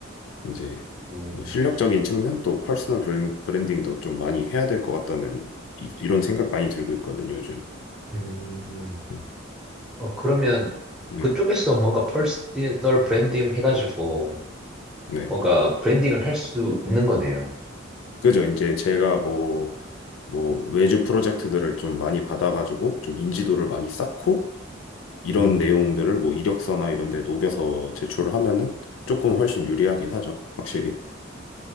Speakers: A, on the left; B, in the centre.
A: 이제
B: 음,
A: 뭐 실력적인 측면 또 퍼스널 브랜- 브랜딩도 좀 많이 해야 될 것 같다는 이, 이런 생각 많이 들고 있거든요, 요즘.
B: 음,
A: 음.
B: 어, 그러면
A: 네.
B: 그쪽에서 뭔가 퍼스널 브랜딩 해가지고
A: 네.
B: 뭔가 브랜딩을 할 수 있는 거네요.
A: 그죠. 이제 제가 뭐, 뭐, 외주 프로젝트들을 좀 많이 받아가지고 좀 인지도를 많이 쌓고 이런
B: 음,
A: 내용들을 뭐 이력서나 이런 데 녹여서 제출을 하면은 조금 훨씬 유리하긴 하죠. 확실히.